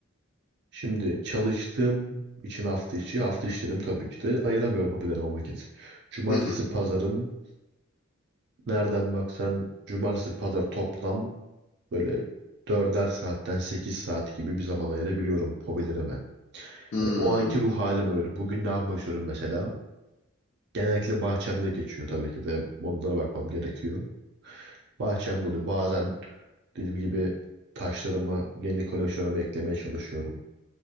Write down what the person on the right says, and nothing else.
Şimdi çalıştığım için hafta içi, hafta içlerim tabii ki de ayıramıyorum hobilerime vakit. Cumartesi
pazarım nereden baksan cumartesi pazar toplam böyle dörder saatten 8 saat gibi bir zaman ayırabiliyorum hobilerime.
Hani o anki ruh halim öyle. Bugün ne yapmışıyorum mesela? Genellikle bahçemde geçiyor tabii ki de. Onlara bakmam gerekiyor. Bahçemde oluyor. Bazen dediğim gibi taşlarımı kendi koleksiyonuma eklemeye çalışıyorum.